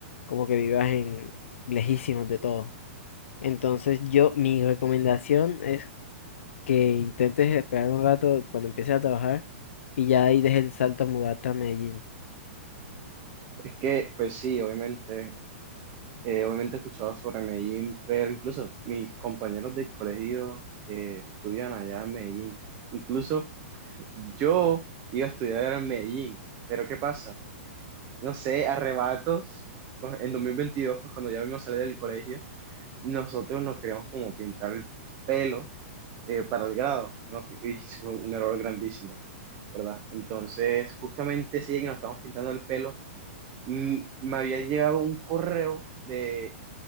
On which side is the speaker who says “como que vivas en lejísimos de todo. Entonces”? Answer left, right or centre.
Left